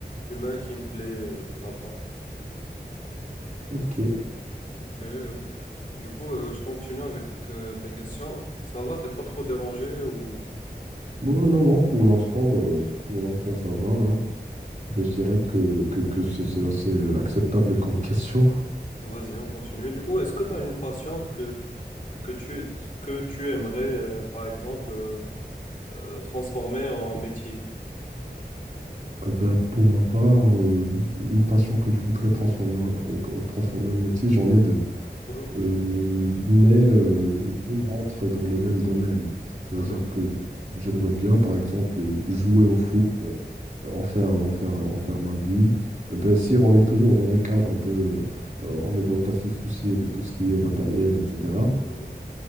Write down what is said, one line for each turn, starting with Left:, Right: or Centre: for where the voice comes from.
Left: humain qui me plaît euh, là-dedans.
Right: Ok.
Left: Ok. euh, du coup, euh, je continue avec euh, mes questions. Ça va, t'es pas trop dérangé ou
Right: Bon, non, non, pour l'instant, euh, pour l'instant, ça va. hein. Ben, je dirais que, que, que c'est c'est assez acceptable comme question.
Left: vas-y, on continue. Du coup, est-ce que tu as une passion que, que tu, que tu aimerais, euh, par exemple, euh, euh, transformer en métier?
Right: Euh, ben, pour ma part, euh, une passion que je voudrais transformer, en- euh, co- transformer en métier, j'en ai deux.
Left: Mhm,
Right: Euh, mais euh, les deux rentrent dans le même domaine. C'est-à-dire
Left: mhm,
Right: que j'aimerais bien, par exemple, jouer au foot, euh, en faire, en faire, en faire ma vie. Euh, Ben, si on est toujours dans les cadres de, euh, on ne doit pas se soucier de tout ce qui est matériel, etc.
Left: mhm,